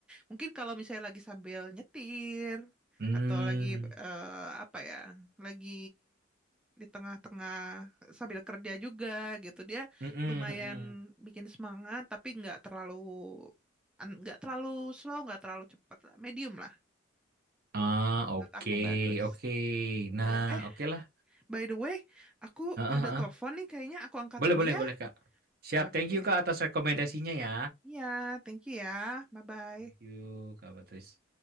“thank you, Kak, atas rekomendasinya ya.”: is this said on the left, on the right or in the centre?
Right